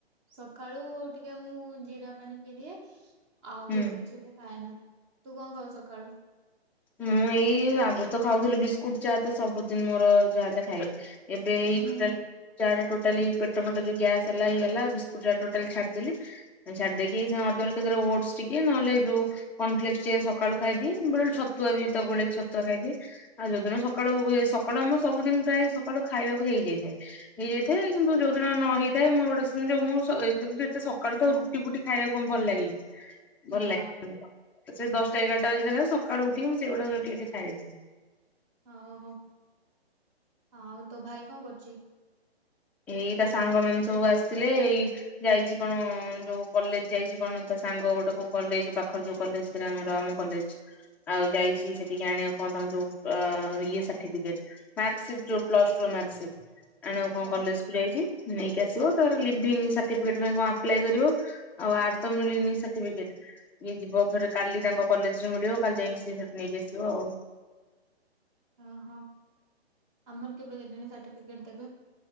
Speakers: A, on the right (about 20°); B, in the centre.
A: ସକାଳୁ ଟିକେ ମୁଁ ଜିରା ପାଣି ପିଇଦିଏ। ଆଉ
B: ହୁଁ।
A: ବେଶି କିଛି ଏତେ ଖାଏନା, ତୁ କଁ ଖାଉ ସଖାଳୁ?
B: ମୁଁ ଏଇ ଆଗରୁ ତ ଖାଉଥିଲି ବିସ୍କୁଟ ଚା ତ ସବୁଦିନ୍ ମୋର ଯାଆ ହେଲେ ଖାଇବି। ଏବେ ଏଇ
A: ହୁଁ ହୁଁ
B: ଟୋଟାଲ୍ ଚା ଟା ଟୋଟାଲି ପେଟ ଫେଟ ଯୋଉ ଗ୍ୟାସ୍ ହେଲା ଇଏ ହେଲା ବିସ୍କୁଟ୍ ଟା ଟୋଟାଲି ଛାଡିଦେଲି। ଆଉ ଛାଡି ଦେଇକି ଏଇସାଁ ଅଦର କେତେବେଳେ ଓଡ୍ସ ଟିକେ ନ ହେଲେ ଏ ଯୋଉ କନଫ୍ଲେକ୍ସ ଟିକେ ସକାଳୁ ଖାଇଦିଏ, ବେଳେ ବେଳେ ଛତୁଆ ବି ତ ଗୋଳେଇକି ଛତୁଆ ଖାଇଦିଏ। ଆଉ ଯୋଉ ଦିନ ସକାଳୁ ହୁଏ, ସକାଳୁ ଆମର ସବୁଦିନ ପ୍ରାୟ ସକାଳୁ ଖାଇବାକୁ ହେଇଯାଇଥାଏ। ହେଇଯାଇଥାଏ କିନ୍ତୁ ଯୋଉ ଦିନ ନ ହେଇଥାଏ ମୁଁ ଗୋଟେ- ସୁ ଯୋଉ ମୁଁ- ସ- ଏ- ତୁ- ଯୋଉ ଏତେ ସକାଳୁତ ରୁ ରୁଟି ଫୁଟି ଖାଇଆକୁ କଁ ଭଲ୍ ଲାଗେ କି। ଭଲ୍
A: ନା
B: ଲାଗେ ତତେ ସେ ଦଶ୍ଟା, ଏଗାର୍ଟା ବଜିଗଲାକୁ ସକାଳୁ ଉଠିକି ମୁଁ ସେଇଗୁଡାକୁ ଯଦି ଟିକେ ଟିକେ ଖାଇ ଦେଇଥାଏ।
A: ଆଓ ହୋ ଆଉ ତୋ ଭାଇ କଁ କରୁଛି?
B: ଏଇ ତା ସାଙ୍ଗ ମାନ ସବୁ ଆସଥିଲେ ଏଇ ଯାଇଚି କଣ ଯୋଉ କଲେଜ୍ ଯାଇଚି କଣ ତା ସାଙ୍ଗ ଗୋଟେ କୋଉ କଲେଜ୍ ପାଖରେ ଯୋଉ କଲେଜ୍। ଶ୍ରୀରାମ ରମ କଲେଜ୍। ଆଉ ଯାଇଛି ସେଠିକି ଆଣିଆକୁ କଣ ତାଙ୍କର ଯୋଉ ଅ -ଅ-ଅ-ଇଏ ସାର୍ଟିପିକେଟ୍।। ମାର୍କ ସିର୍ଟ୍ ଯୋଉ ପ୍ଲସ୍ ଟୁ ମାର୍କ ସିର୍ଟ ଆଣିଆକୁ କଣ
A: ଓ
B: କଲେଜ ସ୍କୁଲ ଯାଇଛି ନେଇକି ଆସିବ ତୋର ଲିଭିଙ୍ଗି ସାର୍ଟିଫିକେଟ ପାଇଁ କଣ ଆପ୍ଲାଇ କରିବ। ଆଉ ଆର୍ ତ ମିଳିନି ସାର୍ଟିଫିକେଟ। ଇଏ ଯିବ ଫେରେ କାଲି ତାଙ୍କ କଲେଜ ରେ ମିଳିବ କାଲି ଯାଇକି ସିଏ ସେଠି ନେଇକି ଆସିବ ଆଉ।
A: ଓହୋ ଆମର କେବେ କେଜାଣି ସାର୍ଟିଫିକେଟ ଦେବେ।